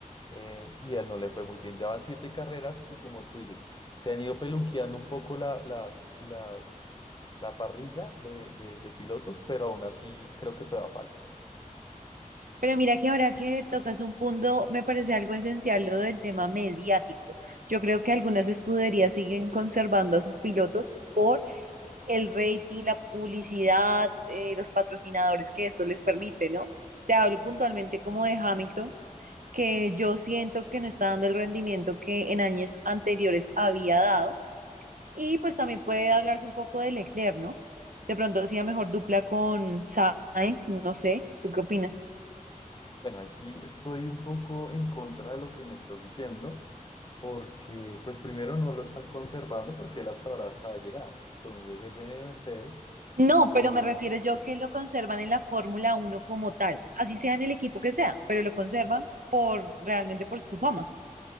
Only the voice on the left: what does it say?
eh, y a él no le fue muy bien. Ya van siete carreras y como tú dices, se han ido peluqueando un poco la, las, las, la parrilla de, de, de pilotos, pero aún así creo que todavía falta.
Bueno, ahí sí estoy un poco en contra de lo que me estás diciendo, porque pues primero no lo están conservando porque él hasta ahora acaba de llegar. Entonces él viene de Mercedes.
eh,